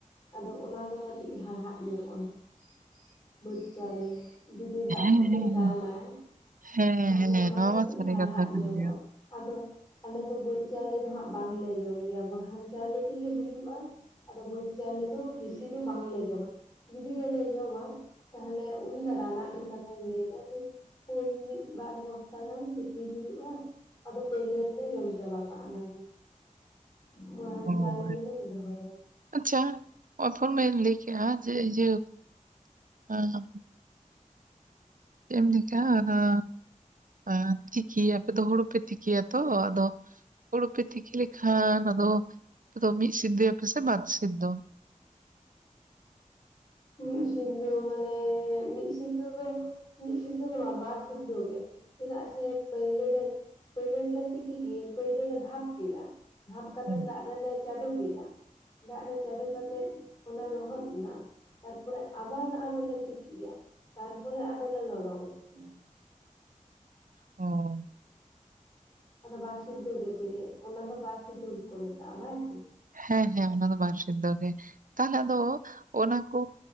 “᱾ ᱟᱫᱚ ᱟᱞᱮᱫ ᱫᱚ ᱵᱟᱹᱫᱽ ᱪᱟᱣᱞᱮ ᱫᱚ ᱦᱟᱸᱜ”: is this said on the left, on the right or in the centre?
Left